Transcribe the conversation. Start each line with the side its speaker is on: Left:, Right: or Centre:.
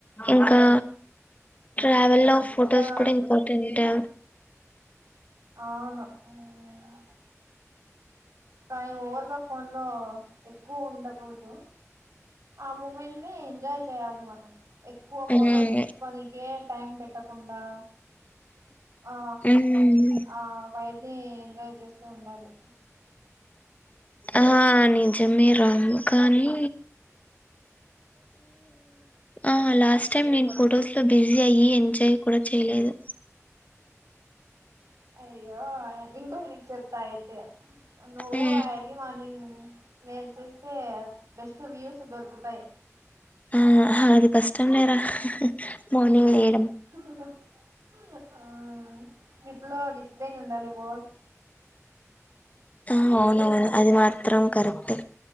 Left: ఇంకా ట్రావెల్లో ఫోటోస్
Right: ఇంకా
Left: కూడా ఇంపార్టెంటే
Right: అవును మ్మ్ కానీ ఓవర్ గా ఫోన్ లో ఎక్కువ ఉండకూడదు ఆ మూమెంట్ నీ ఎంజాయ్ చేయాలి మనం ఎక్కువ ఫొటోస్
Left: మ్మ్
Right: తీసుకోనికే టైమ్ పెట్టకుండా ఆ
Left: మ్మ్
Right: ఆ ఆ వైబ్ నీ ఎన్ సేవ్ చెస్ తో ఉండాలి
Left: ఆ నిజమే రాము కానీ, ఆ లాస్ట్ టైమ్ నేను ఫొటోస్ లో బిజీ అయ్యి, ఎంజాయ్ కూడా చేయలేదు.
Right: అయ్యో ఇంకోటి రిచ్ చెప్తా అయితే నువు
Left: మ్మ్.
Right: ఎర్లీ మార్నింగ్ నేను చూస్తే బెస్ట్ వ్యూస్ దొరుకుతాయి.
Left: ఆ అది కష్టం లేరా మార్నింగ్ లేట్
Right: హహహ <unintelligible> ఆ ట్రిప్ లో డిసిప్లయిన్ ఉండాలి బాస్
Left: ఆ అవునవును అది మాత్ర చిత్రం కరెక్టే